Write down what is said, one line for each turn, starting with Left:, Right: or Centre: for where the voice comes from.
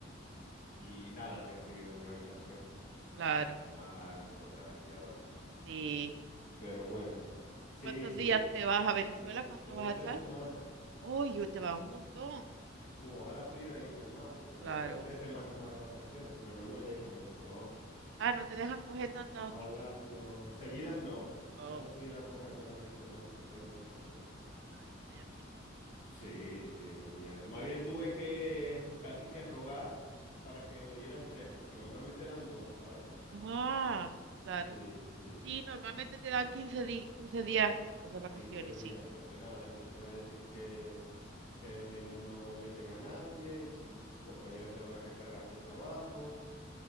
Left: y nada, yo aquí vivo en una habitación, sabes
Right: claro.
Left: cómo están las cosas aquí ahora.
Right: Sí.
Left: Pero bueno, sí,
Right: ¿Cuántos
Left: sí,
Right: días te
Left: sí,
Right: vas a Venezuela?
Left: sí,
Right: ¿Cuánto
Left: me voy
Right: vas a estar?
Left: tres semanas.
Right: ¡Uy, te vas un montón!
Left: Fu, ojalá pudiera irme más, porque tengo
Right: Claro.
Left: tres semanas más de vacaciones, pero no me dejan en el trabajo.
Right: Ah, no te dejan coger tanto
Left: Ojalá
Right: tiempo.
Left: no, seguidas no.
Right: Oh,
Left: Ojalá pudiera cogerme las seis semanas que tengo de vacaciones.
Right: ay, vaya mierda.
Left: Sí, sí, una mierda. Más bien tuve que casi que rogar para que me dieran tres, porque normalmente dan dos, ¿sabes?
Right: Ah, claro.
Left: Sí, sí,
Right: Sí, normalmente te dan quince di- 15 días juntos de vacaciones,
Left: 15 días,
Right: sí.
Left: porque nada, empiezan a decir que, que ellos no meten a nadie y si tus compañeros se van a recargar de trabajo